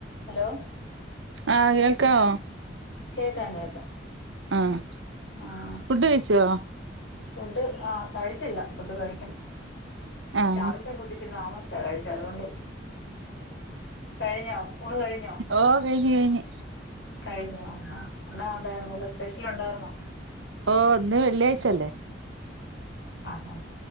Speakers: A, on the left (about 70°); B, on the right (about 85°).
A: Hello
B: ആഹ് കേൾക്കമോ
A: കേക്കാം കേക്കാം
B: ആഹ്
A: ആഹ്
B: ഫുഡ് കഴിച്ചോ
A: ഫുഡ് ആഹ് കഴിച്ചില്ല ഫുഡ് കഴിക്കണം
B: ആഹ്
A: രാവിലത്തെ ഫുഡ താമസിച്ച കഴിച്ച അതുകൊണ്ട് കഴിഞ്ഞോ ഉണ് കഴിഞ്ഞോ
B: ഓഹ് കഴിഞ്ഞു കഴിഞ്ഞഞ്
A: കഴിഞ്ഞു ആഹാ എന്ന ഉണ്ടായിരുന്ന സ്പെഷ്യൽ ഉണ്ടായിരുന്നോ
B: ഓഹ് ഒന്ന് വെള്ളിയാഴ്ച അല്ലേ
A: ആണോ